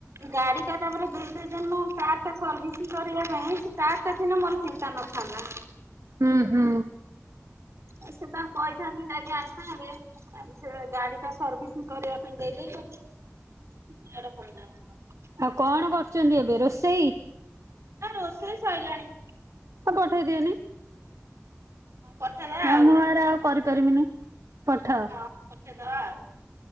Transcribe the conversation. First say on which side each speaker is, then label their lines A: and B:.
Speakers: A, on the right; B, on the right.
A: ଗାଡ଼ି ଟା ତାପରେ ଦୁଇଦୁଇଦିନି <inaudible> କାର୍ ଟା ସର୍ଭିସି କରିବା ପାଇଁ ସେ କାର୍ ସେଦିନ ମୋର ଚିନ୍ତା ନଥାନ୍ତା।
B: ହୁଁ ହୁଁ।
A: ଏ ସେ ତାଙ୍କୁ କହିଥାନ୍ତି ନାଇଁ ନାଇଁ ଆସିଥାନ୍ତେ ଆଉ ସେ ଗାଡି ଟା ସର୍ଭିସିଂ କରିବା ପାଇଁ ଦେଇ ଦେଇଛନ୍ତି <inaudible>
B: ଆଉ କଣ କରୁଚନ୍ତି ଏବେ ରୋଷେଇ?
A: ରୋଷେଇ ସଇଲାଣି।
B: ତ ପଠେଇ ଦିଅନି।
A: କଥା ଆଉ
B: ଆ ମୁଁ ଏରା ଆଉ କରିପାରିବିନି ପଠା।
A: ହଁ ପଠେଇଦବା ଆଉ।